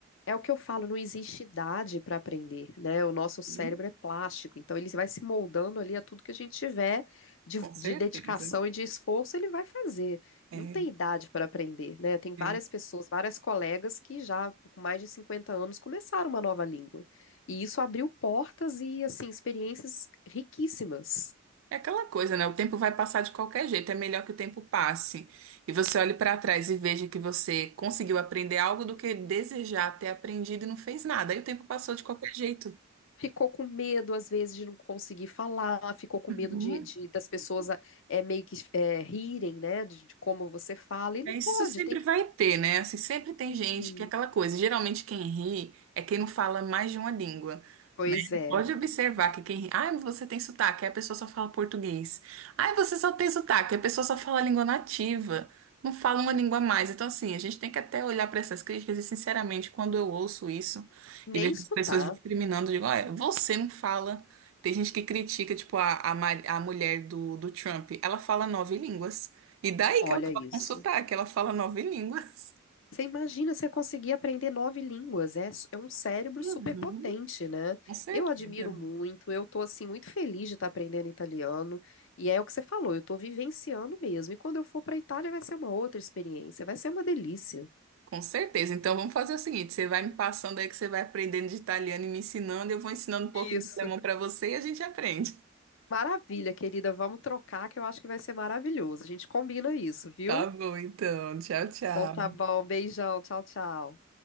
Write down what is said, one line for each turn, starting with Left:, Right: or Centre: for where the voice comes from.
Left: É o que eu falo, não existe idade para aprender, né? O nosso cérebro
Right: Hum,
Left: é plástico, então ele vai se moldando ali a tudo que a gente tiver de,
Right: Com certeza.
Left: de dedicação e de esforço, ele vai fazer.
Right: É,
Left: Não tem idade para aprender, né? Tem várias
Right: é.
Left: pessoas, várias colegas que já com mais de 50 anos começaram uma nova língua. E isso abriu portas e, assim, experiências riquíssimas.
Right: É aquela coisa, né? O tempo vai passar de qualquer jeito, é melhor que o tempo passe. E você olhe pra trás e veja que você conseguiu aprender algo do que desejar ter aprendido e não fez nada. Aí o tempo passou de qualquer jeito.
Left: Ficou com medo, às vezes, de não conseguir falar, ficou com medo
Right: Uhum.
Left: de, de- das pessoas ah, é, meio que é, rirem, né, de, de como você fala, e
Right: É,
Left: não pode,
Right: Isso sempre
Left: tem que.
Right: vai ter, né? Assim, sempre tem gente
Left: Sim.
Right: que é aquela coisa. Geralmente quem ri é quem não fala mais de uma língua,
Left: Pois
Right: né?
Left: é,
Right: Pode observar que quem ri, ah, você tem sotaque, aí a pessoa só fala português. Ah, você só tem sotaque, aí a pessoa só fala a língua nativa, não fala uma língua a mais. Então, assim, a gente tem que até olhar para essas críticas e, sinceramente, quando eu ouço isso
Left: nem
Right: e vejo
Left: escutar,
Right: as pessoas discriminando, eu digo, olha, você não fala. Tem gente que critica, tipo, a, a, ma- a mulher do, do Trump, ela fala nove línguas. E daí
Left: olha
Right: que ela
Left: isso.
Right: um sotaque, ela fala nove línguas.
Left: Você imagina você conseguir aprender nove línguas, é, s- é um cérebro
Right: Uhum.
Left: super potente, né?
Right: Com certeza.
Left: Eu admiro muito, eu tô, assim, muito feliz de estar aprendendo italiano, e é o que você falou, eu tô vivenciando mesmo, e quando eu for para Itália vai ser uma outra experiência, vai ser uma delícia.
Right: Com certeza. Então vamos fazer o seguinte: você vai me passando aí que você vai aprendendo de italiano e me ensinando, eu vou ensinando um pouquinho
Left: Isso.
Right: de alemão para você e a gente aprende.
Left: Maravilha, querida. Vamos trocar que eu acho que vai ser maravilhoso. A gente combina isso, viu?
Right: Tá bom, então. Tchau, tchau.
Left: Então tá bom. Beijão. Tchau, tchau.